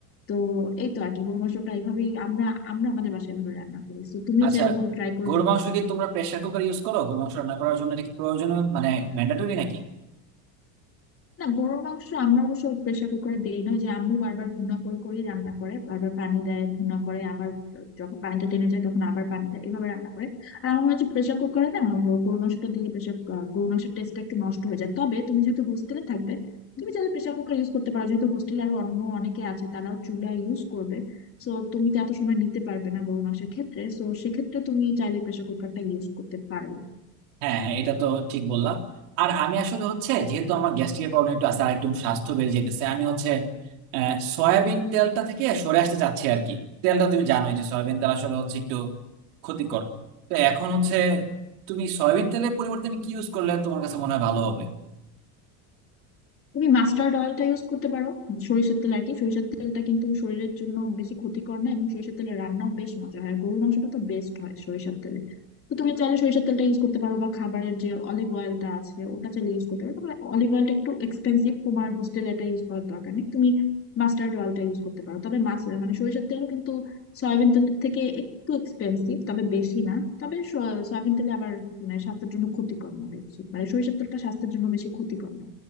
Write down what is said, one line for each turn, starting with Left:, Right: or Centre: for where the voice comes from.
Left: তো এই তো আর কি গরু মাংসটা এইভাবেই আমরা আমরা আমাদের বাসায় এভাবে রান্না করি তো তুমিও
Right: আচ্ছা
Left: চাইলে এভাবে ট্রাই করে
Right: গরুর
Left: দেখতে
Right: মাংস
Left: পারো
Right: কি তোমরা প্রেসার কুকার ইউজ করো গরুর মাংস রান্না করার জন্য এটা কি প্রয়োজনীয় মানে ম্যান্ডেটরি নাকি
Left: না গরুর মাংস আমরা অবশ্য প্রেসার কুকারে দেই না ওই যে আম্মু বারবার ভুনা করে করেই রান্না করে বারবার পানি দেয় ভুনা করে আবার যখন পানিটা টেনে যায় তখন আবার পানি দেয় এভাবে রান্না করে আর আমার মনে হচ্ছে প্রেসার কুকারে না গরুর মাংসটা দিলে প্রেসার গরুর মাংসের টেস্টটা একটু নষ্ট হয়ে যায় তবে তুমি যেহেতু হোস্টেলে থাকবে তুমি চাইলে প্রেসার কুকার ইউজ করতে পারো যেহেতু হোস্টেলে আরো অন্য অনেকে আছে তারাও চুলা ইউজ করবে সো তুমি তো এত সময় নিতে পারবে না গরুর মাংসের ক্ষেত্রে সো সেক্ষেত্রে তুমি চাইলে প্রেসার কুকারটা ইউজ করতে পারো
Right: হ্যাঁ হ্যাঁ এটা তো ঠিক বললাম আর আমি আসলে হচ্ছে যেহেতু আমার গ্যাস্ট্রিকের প্রবলেম একটু আছে আর একটু স্বাস্থ্য বেড়ে যেতেছে আমি হচ্ছে আহ, সয়াবিন তেলটা থেকে সরে আসতে চাচ্ছি আর কি তেলটা তুমি জানোই যে সয়াবিন তেল আসলে হচ্ছে একটু ক্ষতিকর তো এখন হচ্ছে তুমি সয়াবিন তেলের পরিবর্তে তুমি কি ইউজ করলে তোমার কাছে মনে হয় ভালো হবে
Left: তুমি মাস্টার্ড অয়েলটা ইউজ করতে পারো সরিষার তেল আর কি সরিষার তেলটা কিন্তু শরীরের জন্য বেশি ক্ষতিকর না এবং সরিষার তেলের রান্নাও বেশ মজা হয় আর গরুর মাংসটা তো বেস্ট হয় সরিষার তেলে তো তুমি চাইলে সরিষার তেলটা ইউজ করতে পারো বা খাবারের যে অলিভ অয়েলটা আছে ওটা চাইলে ইউজ করতে পারো তবে অলিভ অয়েলটা একটু এক্সপেন্সিভ তোমার হোস্টেলে এটা ইউজ করার দরকার নেই তুমি মাস্টার্ড অয়েলটা ইউজ করতে পারো তবে মাছ মানে সরিষার তেলও কিন্তু সয়াবিন তেলের থেকে একটু এক্সপেন্সিভ তবে বেশি না তবে স- সয়াবিন তেলে আবার মানে স্বাস্থ্যের জন্য ক্ষতিকর না বেশি মানে সরিষার তেলটা স্বাস্থ্যের জন্য বেশি ক্ষতিকর না